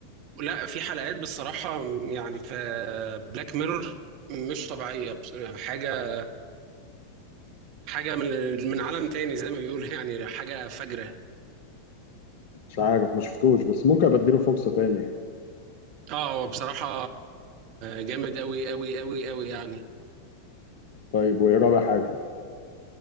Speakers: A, on the right; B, on the left.
A: لا في حلقات بصراحة يعني في بلاك ميرور مش طبيعية بص- حاجة حاجة من من عالم تاني زي ما بيقولوا يعني حاجة فجرة
B: مش عارف ما شفتوش بس ممكن ابديله فرصة تانية يعني
A: اه هو بصراحة جامد أوي أوي أوي أوي يعني
B: طيب وايه رابع حاجة؟